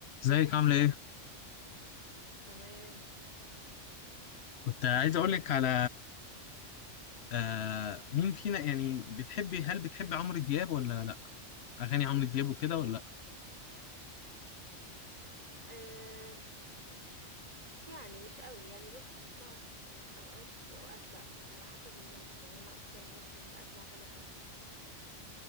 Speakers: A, on the left; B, on the right.
A: ازيك عاملة ايه؟
B: تمام
A: كنت عايز اقولك على آه مين فينا يعني بتحبي هل بتحبي عمرو دياب ولا لا؟ اغاني عمرو دياب وكده ولا لا؟
B: آه يعني مش قوي يعني بص بسمعه اوقات واوقات لا على حسب المود يعني انا اكتر ممكن اسمع تامر حسني مثلا